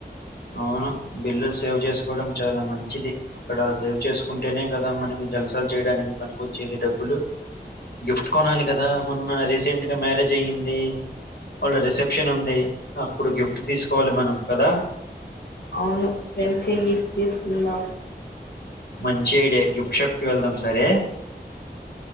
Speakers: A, on the left; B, on the left.
A: అవును బిల్లు సేవ్ చేసుకోవడం చాలా మంచిది అక్కడ సేవ్ చేసుకుంటేనే కదా మనకి జల్సాలు చేయడానికి పనికొచ్చేది డబ్బులు గిఫ్ట్ కొనాలి కదా మొన్న రీసెంట్ గా మ్యారేజ్ అయ్యింది వాళ్ళ రిసెప్షన్ ఉంది అప్పుడు గిఫ్ట్ తీసుకోవాలి మనం కదా
B: అవును ఫ్రెండ్స్ క గిఫ్ట్ తీసుకుందాం
A: మంచి ఐడియా గిఫ్ట్ షాప్కిి వెళ్దాం సరే